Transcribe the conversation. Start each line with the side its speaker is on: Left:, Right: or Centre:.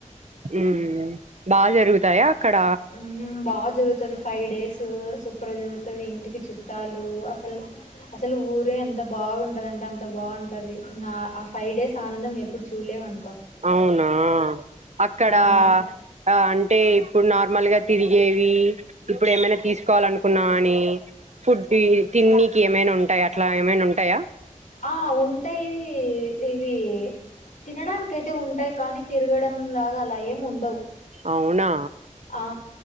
Right: ఉమ్ బాగా జరుగుతాయా అక్కడ
Left: మ్మ్ బాగా జరుగుతుంది ఫైవ్ డేస్ సూపర్గా జరుగుతుంది ఇంటికి చుట్టాలు అసలు అసలు ఊరే ఎంత బాగుంటందంటే అంత బాగుంటుంది నా ఆ ఫైవ్ డేస్ ఆనందం ఎ ఇప్పుడు చూలేమను
Right: అవునా అక్కడ ఆ
Left: అన్
Right: అంటే అంటే ఇప్పుడు నార్మల్గా తిరిగేవి ఇప్పుడు ఏమైనా తీసుకోవాల అనుకున్నా అని ఫుడ్ తిన్నికి ఏమైనా ఉంటాయా అట్లా ఏమైనా ఉంటాయా
Left: ఆ ఉంటాయి ఇవి తినడానికైతే ఉంటాయి కానీ తిరగడంలాగా అలా ఏం ఉండవు
Right: అవునా
Left: ఆ